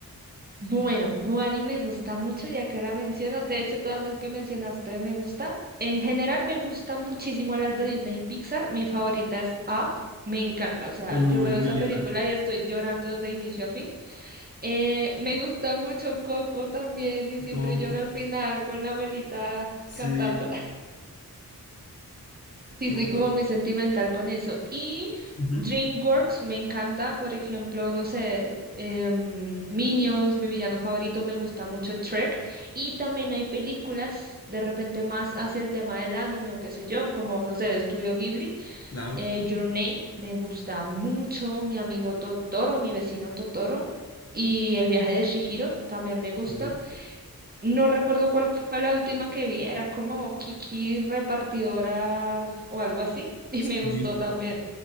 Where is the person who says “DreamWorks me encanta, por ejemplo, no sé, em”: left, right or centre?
Right